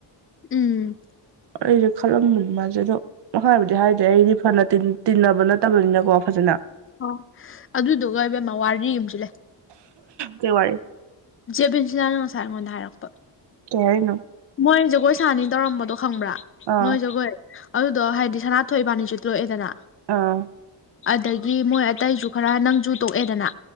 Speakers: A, on the left; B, on the right.
A: ꯎꯝ
B: ꯑꯩꯁꯦ ꯈꯜꯂꯝꯕꯅꯤ ꯃꯥꯜꯁꯦ ꯑꯗꯣ ꯃꯈ ꯍꯥꯏꯕꯨꯗꯤ ꯍꯥꯏꯗ꯭ꯔꯦ ꯑꯩꯗꯤ ꯐꯅ ꯇꯤꯟꯅꯕ ꯅꯠꯇꯕꯅꯤꯅꯀꯣ ꯐꯖꯅ
A: ꯍ ꯑꯗꯨꯗꯨꯒ ꯏꯕꯦꯝ ꯃꯋꯥꯔꯗꯤ ꯌꯨꯝꯁꯤꯜ ꯂꯩ
B: ꯀꯩ ꯋꯥꯔꯤ
A: ꯖꯦꯕꯤꯟꯁꯤꯅꯥꯅ ꯉꯁꯥꯏ ꯑꯩꯉꯣꯟꯗ ꯍꯥꯏꯔꯛꯄ
B: ꯀꯔꯤꯅ
A: ꯃꯣꯏ ꯖꯒꯣꯏ ꯁꯥꯅꯤ ꯇꯧꯔꯝꯕꯗꯣ ꯈꯪꯕ꯭ꯔꯥ
B: ꯑꯥ
A: ꯅꯣꯏ ꯖꯒꯣꯏ ꯑꯗꯨꯗꯣ ꯍꯥꯏꯗꯤ ꯁꯅꯥ ꯊꯣꯛꯏꯕꯥꯅꯤꯁꯨ ꯂꯣꯛꯑꯦꯗꯅ
B: ꯑ
A: ꯑꯗꯒꯤ ꯃꯣꯏ ꯑꯇꯩꯁꯨ ꯈꯔ ꯅꯪꯁꯨ ꯇꯣꯛꯑꯦꯗꯅ